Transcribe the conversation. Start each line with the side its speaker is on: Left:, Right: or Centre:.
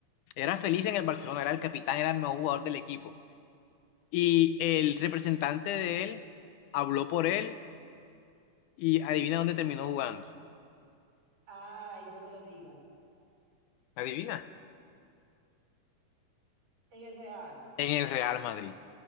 Left: era feliz en el Barcelona, era el capitán, era el mejor jugador del equipo. Y el representante de él habló por él y adivina dónde terminó jugando.
Right: Ay, no me lo digas.
Left: ¿Adivina?
Right: En el Real.
Left: En el Real Madrid.